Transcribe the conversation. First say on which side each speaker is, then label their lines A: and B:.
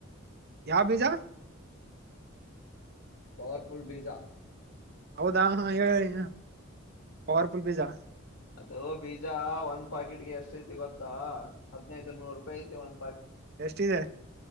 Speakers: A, on the right; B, on the left.
A: ಯಾವ ಬೀಜಾ.
B: ಪರ್ಫುಲ್ ಬೀಜಾ. <unintelligible>
A: ಹೌದಾ ಹೇಳಿ ಪವರ್ಫುಲ್ ಪಜಾ. <unintelligible>
B: ಅದು ಬೀಜ ಒಂದ್ ಪಾಕೆಟ್ಗೆ ಎಷ್ಟ ಐತಿ ಗೊತ್ತಾ ಹದ್ನೈದು ನೂರು ರೂಪಾಯಿ ಐತಿ ಒಂದ.
A: ಎಷ್ಟಿದೆ